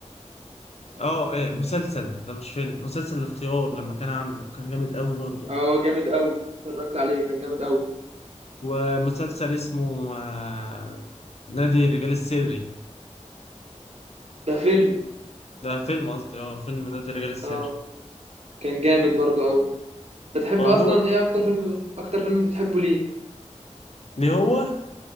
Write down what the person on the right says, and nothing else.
اه جامد قوي اتفرجت عليه كان جامد قوي
ده فيلم
اه كان جامد برضو قوي بتحب
اصلا ايه اكتر فيلم اكتر فيلم بتحبه ليه